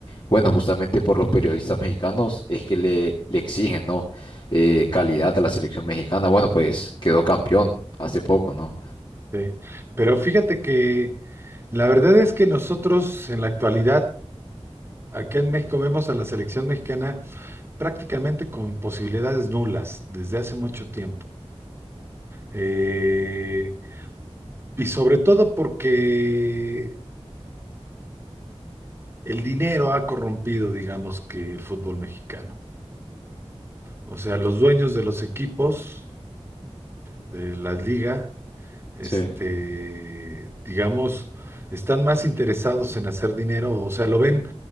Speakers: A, on the left; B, on the right.
A: bueno, justamente por los periodistas mexicanos es que le, le exigen, ¿no? Eh, calidad a la selección mexicana. Bueno, pues quedó campeón hace poco, ¿no?
B: Sí, pero fíjate que la verdad es que nosotros en la actualidad, acá en México, vemos a la selección mexicana prácticamente con posibilidades nulas desde hace mucho tiempo. Eh, y sobre todo porque el dinero ha corrompido, digamos, que el fútbol mexicano. O sea, los dueños de los equipos. de las ligas, este,
A: Sí.
B: digamos, están más interesados en hacer dinero, o sea, lo ven,